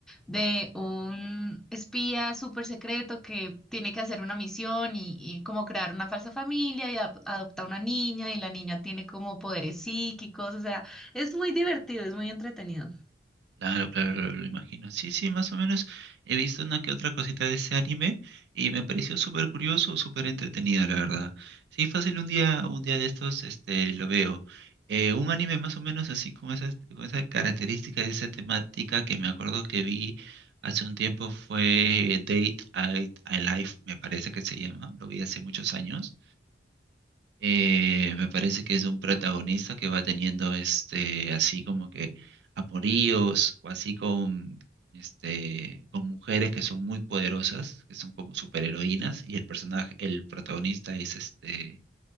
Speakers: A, in the centre; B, on the right.
A: de un espía súper secreto que tiene que hacer una misión y, y como crear una falsa familia y adop- adopta una niña y la niña tiene como poderes psíquicos. O sea, es muy divertido, es muy entretenido.
B: Claro, claro, claro, lo imagino. Sí, sí, más o menos he visto una que otra cosita de ese anime y me pareció súper curioso, súper entretenido, la verdad. Sí, fácil un día, un día de estos, este, lo veo. Eh, un anime más o menos así con esas, con esa característica y esa temática que me acuerdo que vi hace un tiempo fue Date I, I Life, me parece que se llama. Lo vi hace muchos años. Eh, me parece que es un protagonista que va teniendo este así como que amoríos o así con este con mujeres que son muy poderosas, que son como superheroínas y el personaje el protagonista es este